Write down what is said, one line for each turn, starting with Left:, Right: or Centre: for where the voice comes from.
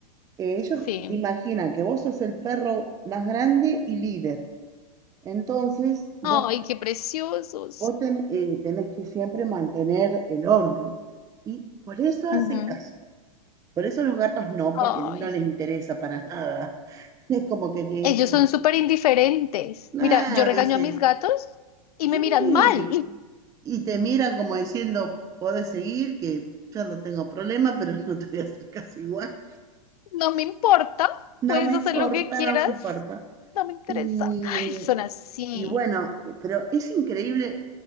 Right: Eh, ellos
Left: Sí.
Right: imaginan que vos sos el perro más grande y líder, entonces vos,
Left: Ay, qué preciosos.
Right: vos ten- eh, tenés que siempre mantener el orden, y por eso hacen
Left: Ujú.
Right: caso. Por eso los gatos no, porque
Left: Ay,
Right: no les interesa para nada. <laughs> Es como que te
Left: ellos
Right: dicen,
Left: son súper indiferentes.
Right: nada,
Left: Mira, yo regaño
Right: dice,
Left: a mis gatos y me
Right: sí.
Left: miran mal. <laughs>
Right: Y te miran como diciendo, podés seguir, que yo no tengo problema, pero <laughs> no te voy a hacer caso igual.
Left: No me importa, puedes
Right: No me
Left: hacer
Right: importa,
Left: lo que quieras.
Right: no me importa.
Left: No me interesa.
Right: Y,
Left: Ay, son así.
Right: y bueno, eh, pero es increíble